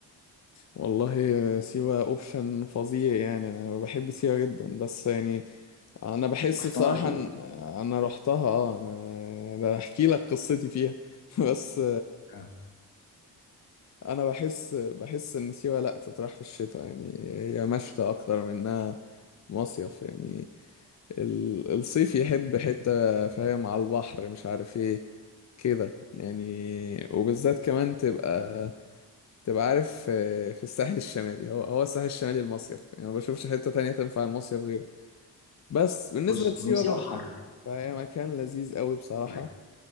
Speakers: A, on the left; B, on the left.
A: والله آه، سيوة اوبشن فظيع يعني انا بحب سيوة جدا بس يعني انا بحس
B: رحتها
A: بصراحة
B: اكيد
A: ان انا رحتها اه انا ده احكي لك قصتي فيها <laughs> بس
B: آه.
A: انا بحس بحس ان سيوة لا تطرح في الشتاء يعني هي مشتى اكتر من انها مصيف يعني ال- الصيف يحب حتة فاهم على البحر مش عارف ايه كده يعني وبالذات كمان تبقى تبقى عارف في في الساحل الشمالي هو هو الساحل الشمالي المصيف يعني ما بشوفش حتة تانية تنفع المصيف غيره بس بالنسبة
B: بص
A: لسيوة
B: هو سيوه
A: بقى
B: حر
A: فهي مكان لذيذ قوي بصراحة
B: تمام.